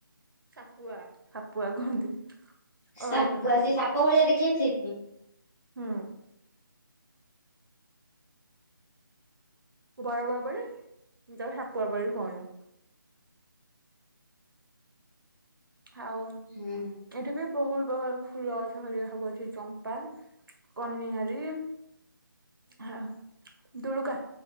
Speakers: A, on the right (about 75°); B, in the centre.
A: ସାପୁଆ କୁହନ୍ତି। ଓ
B: ସାପୁଆ
A: ଏଇଠି କଣ ନାଗିଛି
B: ସେ ସାପ ଭଳିଆ ଦେଖେବାକୁ ସେଇଥିପାଇଁ।
A: ହୁଁ। <unintelligible> ହଉ।
B: ହୁଁ।
A: ଏଠି ବି ବହୁ ପ୍ରକାର ଫୁଲ ଗଛହେରିକା ସବୁ ଅଛିମ ଚମ୍ପା କନିଆାରୀ ହାଁ ଦୁଳୁକା